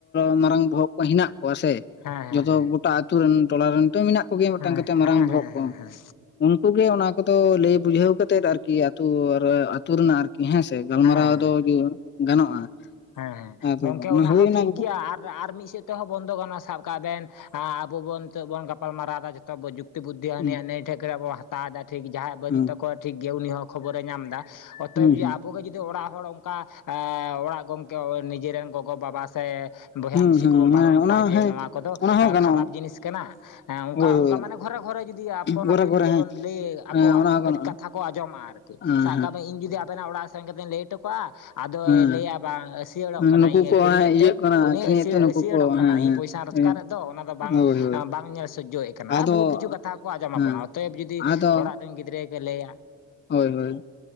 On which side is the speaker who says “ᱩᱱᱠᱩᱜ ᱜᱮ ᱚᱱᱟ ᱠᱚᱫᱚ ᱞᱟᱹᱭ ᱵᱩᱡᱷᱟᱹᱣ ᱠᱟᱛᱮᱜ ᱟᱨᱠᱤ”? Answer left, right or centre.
Left